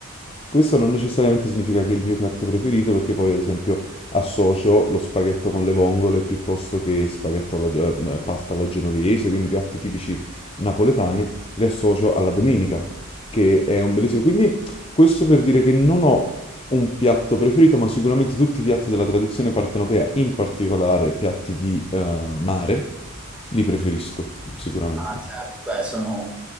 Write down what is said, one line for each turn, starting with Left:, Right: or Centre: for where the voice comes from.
Left: questo non necessariamente significa che è il mio piatto preferito, perché poi ad esempio associo lo spaghetto con le vongole piuttosto che spaghetto alla, eh, pasta alla genovese, quindi piatti tipici napoletani, li associo alla domenica, che è un bellissimo... Quindi questo per dire che non ho un piatto preferito, ma sicuramente tutti i piatti della tradizione partenopea, in particolare piatti di eh, mare, li preferisco, sicuramente.
Centre: Ah, certo, beh, sono...